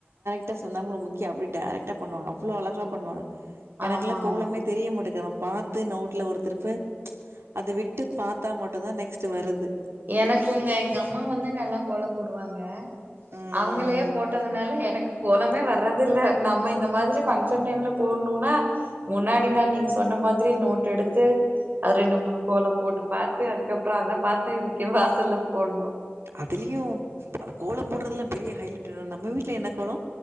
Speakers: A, on the right (about 75°); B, on the right (about 45°).
A: ட்டா சுண்ணாம்புல முக்கி அப்டி டேரக்ட்டா பண்ணுவாங்க அவ்ளோ அழகா பண்ணுவாங்க எனக்குலா
B: ஆமா
A: கோலமே
B: ஆமா
A: தெரிய மாட்டுக்கு <unintelligible> பாத்து நோட்ல ஒரு திருப்பு அத விட்டு பாத்தா மட்டு தா நெக்ஸ்ட்டு வருது
B: எனக்குங்க எங்க அம்மா வந்து நல்லா கோலோ போடுவாங்க
A: ம்
B: அவங்களயே போட்டதுனால எனக் கோலமே வரதில்ல நம்ம இந்த மாதிரி ஃபங்க்ஷன் டைம்ல போட்ணுனா முன்னாடி நாள் நீங்க சொன்ன மாதிரி நோட் எடுத்து அது ரெண்டு மூணு கோலோ போட்டு பாத்து அதுக்கப்றோ அத பாத்து இது <unintelligible> வாசல்ல போட்ணு
A: அதுலயு அ கோலம் போடறதுல்லா பெரிய ஹைலைட் என்னா நம்ம வீட்ல என்ன கோலோ